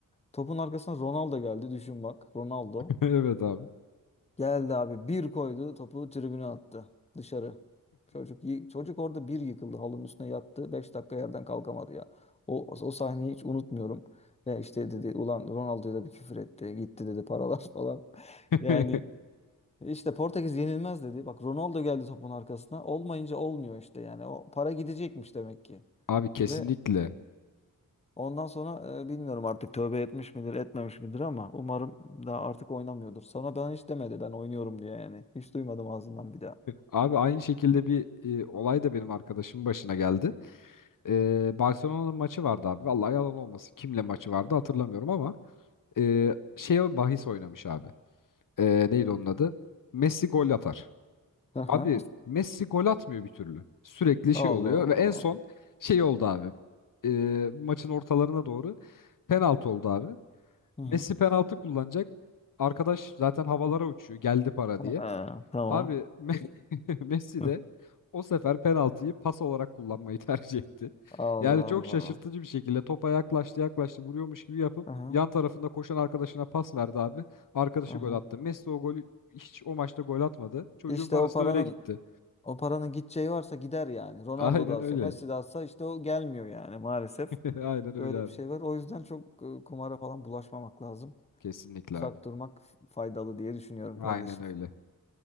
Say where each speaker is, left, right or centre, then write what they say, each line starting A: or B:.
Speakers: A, on the left (about 20°); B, on the left (about 65°).
A: Topun arkasına Ronaldo geldi düşün bak. Ronaldo.
B: <laughs> Evet abi.
A: Geldi abi bir koydu topu tribüne attı dışarı. Çocuk yı- çocuk orada bir yıkıldı halının üstüne yattı. beş dakika yerden kalkamadı ya. O, o sahneyi hiç unutmuyorum. Ve işte dedi ulan Ronaldo'ya da bir küfür etti. Gitti dedi paralar <laughs> falan.
B: <laughs>
A: Yani işte Portekiz yenilmez dedi. Bak Ronaldo geldi topun arkasına. Olmayınca olmuyor işte yani. O para gidecekmiş demek ki.
B: Abi kesinlikle.
A: Ve Ondan sonra e, bilmiyorum artık tövbe etmiş midir etmemiş midir ama umarım daha artık oynamıyordur. Sonra ben hiç demedi ben oynuyorum diye yani. Hiç duymadım ağzından bir daha.
B: Abi aynı şekilde bir e, olay da benim arkadaşımın başına geldi. E, Barcelona'nın maçı vardı abi. Vallahi yalan olmasın. Kimle maçı vardı hatırlamıyorum ama e, şey bahis oynamış abi. E, neydi onun adı? Messi gol atar.
A: Aha.
B: Abi Messi gol atmıyor bir türlü. Sürekli
A: Allah
B: şey oluyor
A: Allah.
B: ve en son şey oldu abi. E, maçın ortalarına doğru penaltı oldu abi.
A: Hı hı.
B: Messi penaltı kullanacak. Arkadaş zaten havalara uçuyor. Geldi para
A: Ha,
B: diye.
A: tamam.
B: Abi Me- <laughs> Messi
A: Hı.
B: de o sefer penaltıyı pas olarak kullanmayı <laughs> tercih etti.
A: Allah
B: Yani çok
A: Allah.
B: şaşırtıcı bir şekilde topa yaklaştı yaklaştı vuruyormuş gibi yapıp
A: Aha,
B: yan tarafında koşan arkadaşına pas verdi abi. Arkadaşı
A: aha.
B: gol attı. Messi o golü hiç o maçta gol atmadı. Çocuğun
A: İşte
B: parası
A: o paranın
B: da öyle gitti.
A: o paranın gideceği varsa gider yani. Ronaldo
B: Aynen
A: da alsa,
B: öyle.
A: Messi de alsa işte o gelmiyor yani maalesef.
B: <laughs> Aynen öyle
A: Öyle
B: abi.
A: bir şey var. O yüzden çok e, kumara falan bulaşmamak lazım.
B: Kesinlikle
A: Uzak
B: abi.
A: durmak faydalı diye düşünüyorum
B: Aynen
A: kardeşim.
B: öyle.